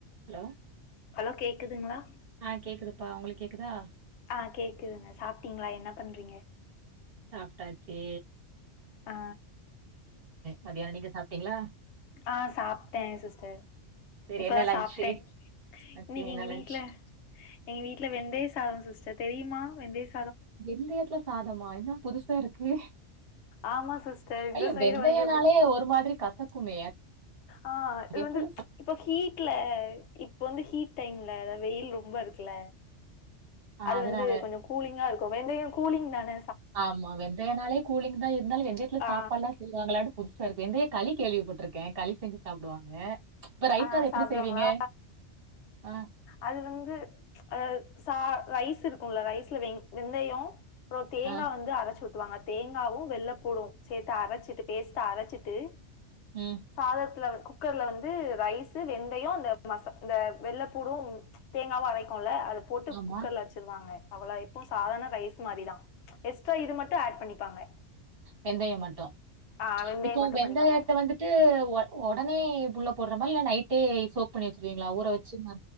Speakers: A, on the right; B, on the left.
A: Hello
B: hello கேட்கதுங்களா
A: ஆ கேக்குதுப்பா உங்களுக்கு கேக்குதா
B: ஆ கேக்குதுங்க சாப்ட்டீங்களா என்ன பண்றீங்க
A: சாப்டாச்சு
B: ஆ
A: மதியானோ நீங்க சாப்ட்டீங்களா
B: ஆ சாப்ட்டே சிஸ்டர்
A: செரி
B: இப்பதா
A: என்ன லன்ச்சு
B: சாப்ட்டே
A: ஓகே
B: இன்னைக்கு
A: என்ன
B: எங்க
A: லன்ச்
B: வீட்ல எங்க வீட்ல வெந்தய சாதம் சிஸ்டர் தெரியுமா வெந்தய ஸ்
A: வெந்தயத்துல சாதமா என்ன புதுசா இருக்கு
B: ஆமா சிஸ்டர் இந்த
A: ஐய்யோ
B: சைடு
A: வெந்தயனாலே
B: வந்து எப்டி
A: ஒரு மாதிரி கசக்குமே
B: ஆ
A: அது
B: இது
A: எப்டில
B: வந்து இப்ப ஹீட்ல இப்ப வந்து ஹீட் டைம்ல அதா வெயில் ரொம்ப இருக்குல
A: ஆ
B: அது
A: அதனால
B: வந்து கொஞ்சோ கூலிங்கா இருக்கு வெந்தயோ கூலிங்க் தான
A: ஆமா வெந்தயனாலே கூலிங் தா இருந்தாலு வெந்தயத்துல
B: ஆ
A: சாப்பாட்லா செய்வாங்களா புதுசாருக்கு வெந்தய களி கேள்விப்பட்டிருக்கே களி செஞ்சு சாப்டுவாங்க இப்ப ரைஸ்
B: ஆ
A: அது எப்டி
B: சாப்டுவாங்களா
A: செய்வீங்க ஆ
B: அது வந்து ஆ சா ரைஸ் இருக்கும்ல ரைஸ்ல வெ வெந்தயோ அப்றோ தேங்கா
A: ஆ
B: வந்து அரச்சு உத் வாங்க தேங்காவு வெள்ளப்பூடு சேரத்து அரச்சசுட்டு பேஸ்டா அரச்சுட்டு
A: ம்
B: சாதத்துல வந் குக்கர்ல வந்து ரைசு வெந்தய இந்த மச இந்த வெள்ள கூடு தேங்காவு அரக்குல அது போட்டு
A: ஆமா
B: குக்கர்ல வச்சிருவாங்க அவ்ள எப்போ சாதாரண ரைஸ் மாரிதா எக்ஸ்ட்ரா இது மட்டு ஆட் பண்ணிப்பாங்க
A: வெந்தய மட்டு
B: ஆ வெந்தயோ
A: இப்போ
B: மட்டு
A: வெங்கயத்த
B: பண்ணிப்பாங்க
A: வந்துட்டு உ உடனே உள்ள போடுறமா இல்ல நைட்டே சோ பண்ணி வச்ருவீங்களா ஊற வச்சு அ